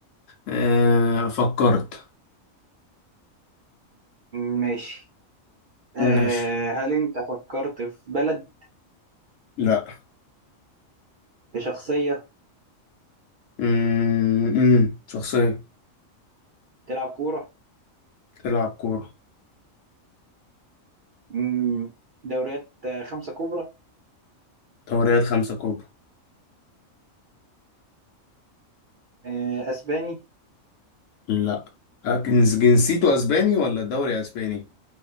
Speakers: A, on the left (about 75°); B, on the right (about 60°).
A: آه فكرت
B: ماشي آه،
A: ماشي
B: هل أنت فكرت في بلد
A: لا
B: في شخصية
A: امم شخصيه
B: تلعب كورة؟
A: تلعب كورة
B: مم، دوريات آه، خمسة كبرى
A: دوريات خمسة كبرى
B: آه، أسباني
A: لا أكنز جنسيته أسباني ولا دوري أسباني